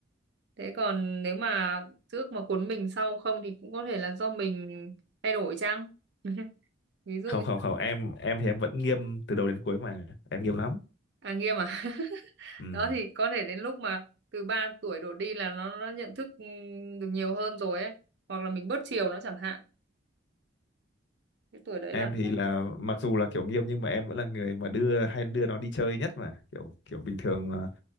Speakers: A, on the right (about 60°); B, on the left (about 60°).
A: thế còn nếu mà trước mà cuốn mình sau không thì cũng có thể là do mình thay đổi chăng <laughs> ví dụ
B: Không không không, em em thì em vẫn nghiêm từ đầu đến cuối mà, em nghiêm lắm.
A: à nghiêm à <laughs>
B: Ừ.
A: đó thì có thể đến lúc mà từ 3 tuổi đổ đi là nó nó nhận thức ừ, được nhiều hơn rồi ấy hoặc là mình bớt chiều nó chẳng hạn cái tuổi đấy
B: Em
A: là
B: thì
A: nó
B: là mặc dù là kiểu nghiêm nhưng mà em vẫn là người mà đưa hay đưa nó đi chơi nhất mà, kiểu kiểu bình thường là